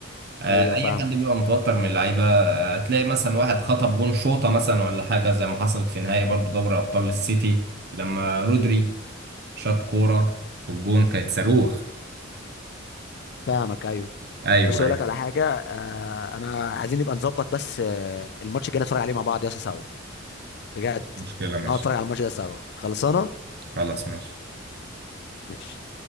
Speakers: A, on the right; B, on the left.
A: آه،
B: ايوه
A: اي
B: فاهمك
A: حد بيبقى متوتر من اللعيبة آه، هتلاقي مثلا واحد خطف جون شوطة مثلا ولا حاجة زي ما حصلت في نهائي برضو دوري ابطال السيتي لما رودري شاط كورة والجون كانت صاروخ
B: فاهمك ايوه
A: ايوه
B: بس اقول
A: ايوه
B: لك على حاجة آه انا عايزين نبقى نظبط بس آه الماتش الجاي نتفرج عليه مع بعض يا اسطى سوا بجد
A: مشكلة ماشي
B: نقعد نتفرج على الماتش ده سوا خلصانة
A: خلاص ماشي
B: ماشي